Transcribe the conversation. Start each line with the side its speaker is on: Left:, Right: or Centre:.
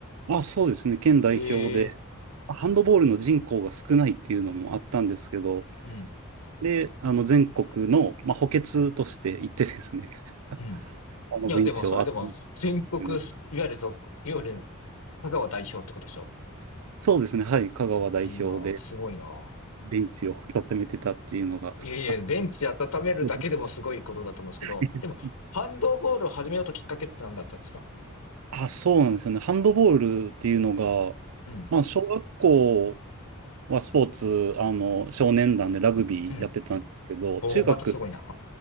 Right: あ、そうですね、県代表で、
Left: ええ
Right: ハンドボールの人口が少ないっていうのもあったんですけど、
Left: うん。
Right: で、あの、全国の、まあ、補欠として行ってですね、<laughs>
Left: うん。
Right: あの、
Left: いや、
Right: ベンチを集め
Left: でもそれでも全国、
Right: いうのが
Left: いわゆるぞ、いわゆる香川代表ってことでしょ
Right: そうですね、はい、香川代表で
Left: いいなぁ、すごいなぁ。
Right: ベンチを固めてたっていうのが、
Left: いやいや、
Right: あ、そ
Left: ベンチ温めるだけでもすごいことだと思うんですけど、
Right: うですね <laughs>
Left: でも、ハンドボールを始めようときっかけって何だったんですか
Right: あそうなんですよね、ハンドボールっていうのが、
Left: うん。
Right: まあ、小学校はスポーツ、あの少年団でラグビーやってたんですけど、
Left: うん。おおまたすごいな。
Right: 中学